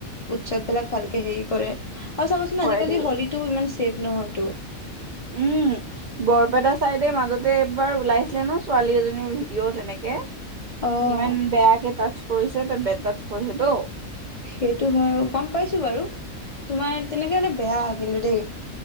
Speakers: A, on the left; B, on the right.
A: উৎসৱ বিলাক ভালকে হেৰি কৰে আৰু চাবচোন
B: হয়
A: আজি কালি
B: দেই
A: হলীটো ইমান চেভ নহয়টো
B: উম বৰপেটা চাইডে মাজত এবাৰ ওলাইছিলে ন ছোৱালী এজনীৰ ভিডিঅ' তেনেকে
A: অ
B: ইমান বেয়াকে টাচ কৰিছে তাক তাছ কৰিছে তো
A: সেইটো হয় গম পাইছো বাৰু তোমাৰ তেনেকে হলে বেয়া কিন্তু দেই